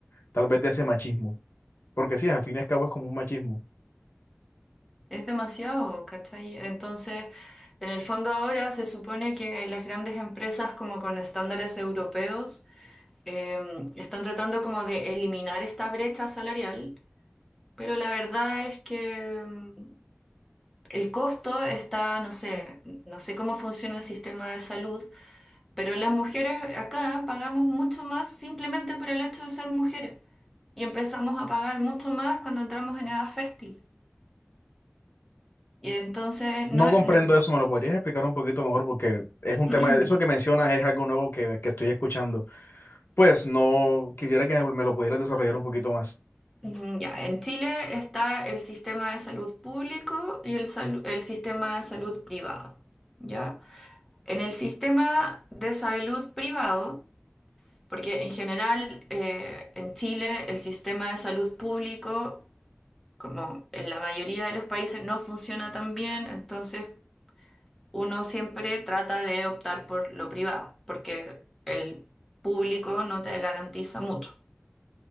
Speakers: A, on the left; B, in the centre.
A: tal vez de ese machismo, porque sí, al fin y al cabo es como un machismo.
B: Es demasiado, ¿cachai? Entonces, en el fondo ahora se supone que las grandes empresas como con estándares europeos eh, están tratando como de eliminar esta brecha salarial, pero la verdad es que mm, el costo está, no sé, no sé cómo funciona el sistema de salud, Pero las mujeres acá pagamos mucho más simplemente por el hecho de ser mujeres. Y empezamos a pagar mucho más cuando entramos en edad fértil. Y entonces, no,
A: No comprendo
B: no-
A: eso, ¿me lo podrías explicar un poquito mejor? Porque es un
B: <clears throat>
A: tema, eso que mencionas es algo nuevo que, que estoy escuchando. Pues no, quisiera que me lo pudieras desarrollar un poquito más.
B: Mm, ya, en Chile está el sistema de salud público y el, salu- el sistema de salud privado. ¿Ya? En el sistema de salud privado, porque en general eh, en Chile el sistema de salud público como en la mayoría de los países no funciona tan bien, entonces uno siempre trata de optar por lo privado, porque el público no te garantiza mucho.